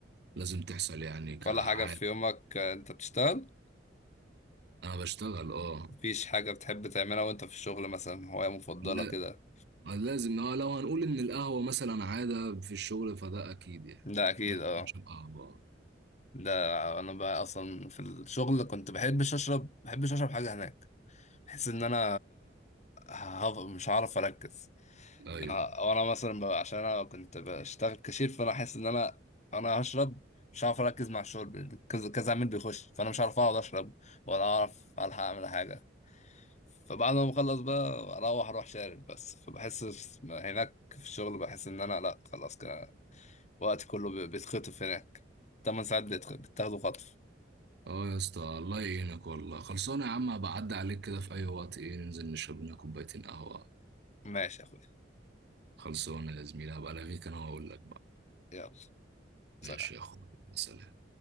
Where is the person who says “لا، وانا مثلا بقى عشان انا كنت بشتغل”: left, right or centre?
Left